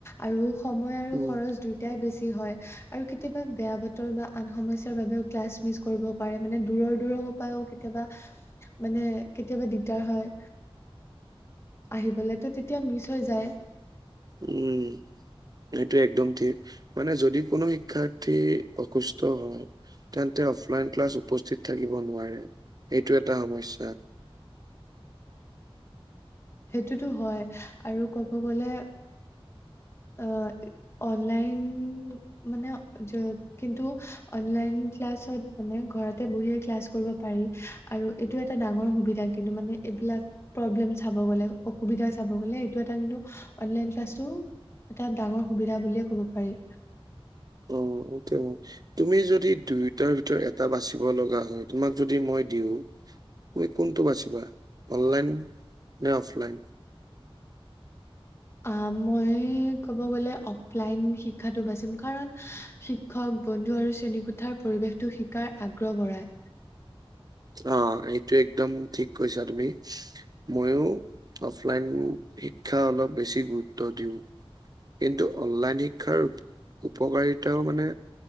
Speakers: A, on the left; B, on the right.
A: আৰু সময় আৰু
B: উম
A: খৰচ দুই, টাই বেছি হয়। আৰু কেতিয়াবা বেয়া বতৰ বা আন সমস্যাৰ বাবেও ক্লাছ মিছ কৰিব পাৰে, মানে দূৰৰ দূৰৰ, পাও, কেতিয়াবা মানে কেতিয়াবা দিগদাৰ হয়। আহিবলে ত তেতিয়া মিচ হৈ যায়।
B: ওম। সেইটোৱেই একদম ঠিক মানে যদি কোনো শিক্ষাৰ্থী অসুস্থ হয় তেন্তে অফলাইন ক্লাছ উপস্থিত থাকিব নোৱাৰে, এইটো এটা সমস্যা।
A: সেইটোতো হয়, আৰু ক'ব গলে আহ' অনলাইন মানে য, কিন্তু অনলাইন ক্লাছত মানে ঘৰতে বহিয়ে ক্লাছ কৰিব পাৰি। আৰু এইটো এটা ডাঙৰ সুবিধা কিন্তু মানে এইবিলাক প্ৰব্লেম, চাব গলে অসুবিধা চাব গ'লে এইটো এটা কিন্তু অনলাইন ক্লাছটো এটা ডাঙৰ সুবিধা বুলিয়ে ক'ব পাৰি।
B: অ স <unintelligible> তুমি যদি দুয়োটাৰ ভিতৰত এটা বাচিব লগা হয় তোমাক যদি মই দিওঁ তুমি কোনটো বাচিবা অনলাইন নে অফলাইন?
A: আ, মই ক'ব গ'লে অফলাইন শিক্ষাটো বাচিম কাৰণ, শিখ শিক্ষক বন্ধু আৰু শ্ৰেণীকোঠাৰ পৰিৱেশটো শিকাৰ আগ্ৰহ বঢ়ায়।
B: অ' সেইটো একদম ঠিক কৈছা তুমি। মইয়ো অফলাইন শিক্ষা অলপ বেছি গুৰুত্ব দিওঁ। কিন্তু অনলাইন শিক্ষাৰ উপকাৰিতাও মানে,